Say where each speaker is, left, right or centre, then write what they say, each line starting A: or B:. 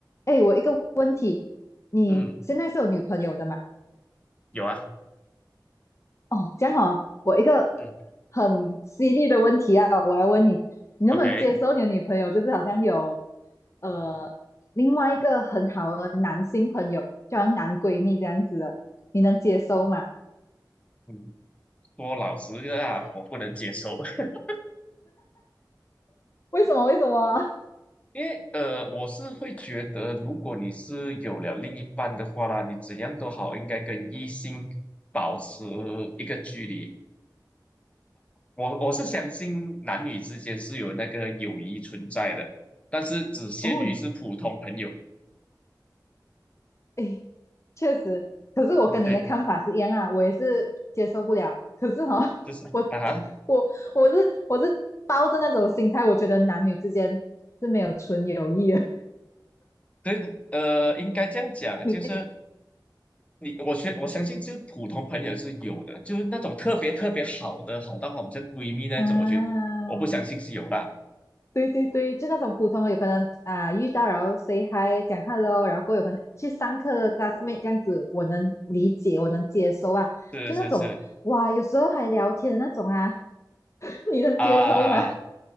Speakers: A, on the left; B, on the left.
A: 哎，我一个问题，你现在是有女朋友的嘛？
B: 嗯，有啊，
A: 哦，这样哦，我一个
B: 嗯
A: 很犀利的问题啊，我要问你，你能不能接受你的女朋友就是好像有
B: ，OK，
A: 呃另外一个很好的男性朋友，就好像男闺蜜这样子的，你能接受吗？
B: 嗯，说老实的啊，我不能接受，<laughs>
A: 为什么？为什么？
B: 因为呃，我是会觉得，如果你是有了另一半的话啦，你怎样都好，应该跟异性保持一个距离。我我是相信男女之间是有那个友谊存在的，但是只限于是普通朋友。
A: <laughs> 哦，哎，确实，可是我跟你的看法是一样啊，
B: 嗯对，
A: 我也是接受不了。可是哈、哦我
B: 就是啊哈
A: 我我是我是抱着那种心态，我觉得男女之间是没有纯友谊的。<laughs>
B: 对，呃，应该这样讲，
A: 你
B: 就是。你我相我相信，就是普通朋友是有的，就是那种特别特别好的，好到好像闺蜜那种，
A: 啊，
B: 我觉得我不相信是有啦。
A: 对对对，就那种普通的，有可能啊遇到然后 say hi 讲 hello，然后过后有可能去上课的 classmate 这样子，我能理解，我能接受啊。
B: 是是是
A: 就那种哇，有时候还聊天的那种啊，<laughs> 你能接受吗？
B: 啊啊啊！